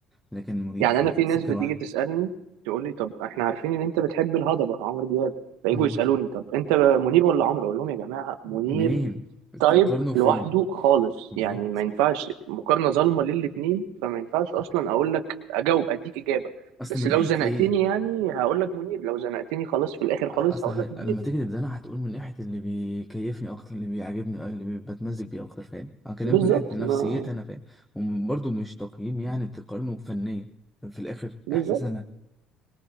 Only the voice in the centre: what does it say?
لكن منير
في
سكة
لوحده
مم.
منين
قرنه
فين
بالظبط
اصل
من ناحيه
ايه
اصل
ه...
لما
تيجي تتزنق هتقول من ناحيه اللي بيكيفني اكتر اللي بيعجبني آه، اللي بي- بتمزج بيه اكتر فاهم هكلمك
من ناحيه نفسيتي
انا فاهم وبرضه مش تقييم يعني تقارنه فنيا في الاخر
احساس انا